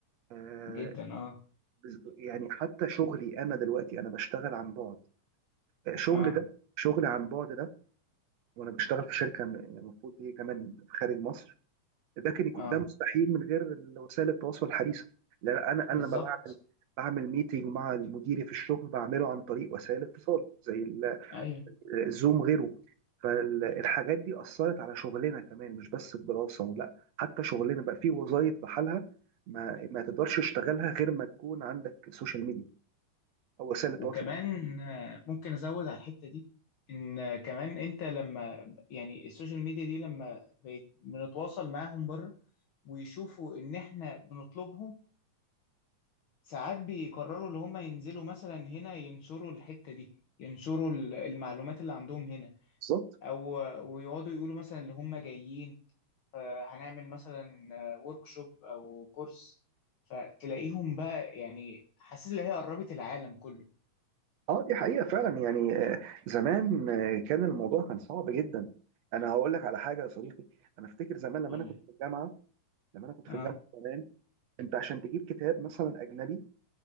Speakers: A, on the right; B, on the left.
A: آه،
B: جدا اه
A: بز- يعني حتى شغلي انا دلوقتي انا بشتغل عن بعد آه، شغل
B: اه
A: ده شغل عن بعد ده وانا بشتغل في شركة م- يعني المفروض دي كمان خارج مصر ده كان يكون
B: اه
A: ده مستحيل من غير وسائل التواصل الحديثه لان انا
B: بالظبط
A: انا لما بعمل بعمل ميتنج مع مديري في الشغل بعمله عن طريق وسائل اتصال زي ال-
B: ايوه
A: الزوم غيره فالحاجات دي اثرت على شغلنا كمان مش بس الدراسه لا حتى شغلنا بقى فيه وظائف بحالها ما ما تقدرش تشتغلها غير ما تكون عندك سوشيال ميديا او وسائل التواصل
B: وكمان آه، ممكن ازود على الحته دي ان آه، كمان انت لما يعني السوشيال ميديا دي لما بيت- بنتواصل معاهم بره ويشوفوا ان احنا بنطلبهم ساعات بيقرروا اللي هم ينزلوا مثلا هنا ينشروا الحتة دي ينشروا ال- المعلومات اللي عندهم هنا
A: بالظبط
B: او ويقعدوا يقولوا مثلا اللي هم جايين آه، هنعمل مثلا وركشوب او كورس فتلاقيهم بقى يعني حاسس ان هي قربت العالم كله
A: اه دي حقيقه فعلا يعني آه، زمان آه، كان الموضوع كان صعب جدا انا هقول لك على حاجه يا صديقي انا افتكر زمان لما
B: قول
A: انا كنت
B: لي
A: في الجامعه لما انا كنت
B: اه
A: في الجامعه زمان انت عشان تجيب كتاب مثلا اجنبي